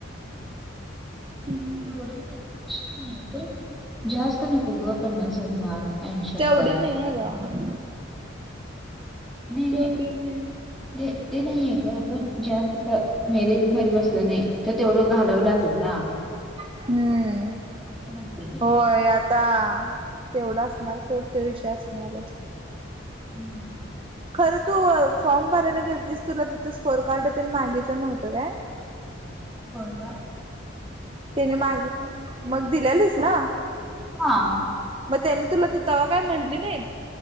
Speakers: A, on the right; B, in the centre.
A: हम्म
B: तेवढ नाही पण जास्त नको ग पन्नास हजार अश हजार
A: तेवढी नाही आहे ग.
B: नाही
A: एवढी नाही
B: ते ते नाहीये ग पण जास्त का मेरी मरी बसलं नाही तर तेवढं घालावं लागेल ना
A: हम्म
B: असं म्हणते मी
A: हो आ ता तेवढा असणार सोडते विषय असणार आहे
B: हम्म
A: खरं तू फॉर्म भरायला गेलतीस तुला तिथं स्कोर कार्ड त मागितलं नव्हतं काय
B: कोण का
A: त्याने मागे मग दिलेलीस ना
B: हा
A: मग त्यांनी तुला ति तवा काय म्हणली नाही